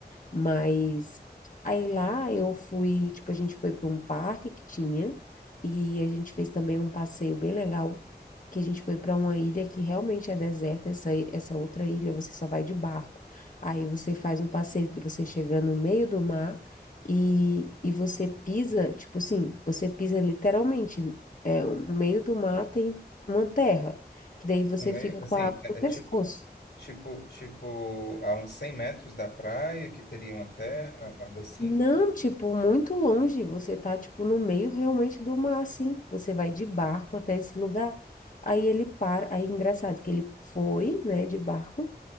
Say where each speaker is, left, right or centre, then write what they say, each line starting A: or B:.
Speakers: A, on the left; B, on the left.
A: Mas aí lá eu fui, tipo, a gente foi para um parque que tinha e a gente fez também um passeio bem legal, que a gente foi para uma ilha que realmente é deserta, essa, i- essa outra ilha você só vai de barco. Aí você faz um passeio que você chega no meio do mar e, e você pisa, tipo assim, você pisa literalmente, é, no meio do mar tem uma terra, que daí você
B: também,
A: fica
B: assim,
A: com a água
B: é,
A: no pescoço.
B: é tipo. Tipo, tipo, a uns 100 metros da praia, que teria uma terra, algo assim.
A: Não, tipo, muito longe. Você tá, tipo, no meio realmente do mar, assim. Você vai de barco até esse lugar. Aí ele para. Aí, é engraçado que ele foi, né, de barco.